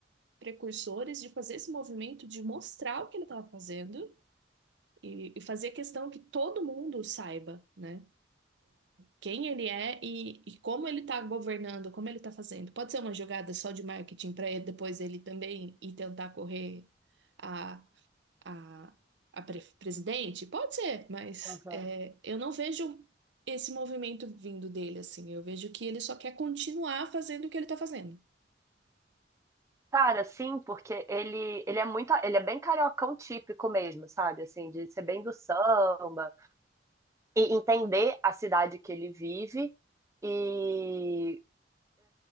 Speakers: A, on the right (about 85°); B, on the right (about 15°).
A: precursores de fazer esse movimento de mostrar o que ele estava fazendo e, e fazer questão que todo mundo saiba, né? Quem ele é e, e como ele está governando, como ele está fazendo. Pode ser uma jogada só de marketing para ele depois ele também ir tentar correr a, a, a pre- presidente? Pode ser, mas
B: Aham.
A: é, eu não vejo esse movimento vindo dele assim. Eu vejo que ele só quer continuar fazendo o que ele está fazendo.
B: Cara, sim, porque ele, ele é muito, ele é bem cariocão típico mesmo, sabe? Assim, de ser bem do samba e entender a cidade que ele vive e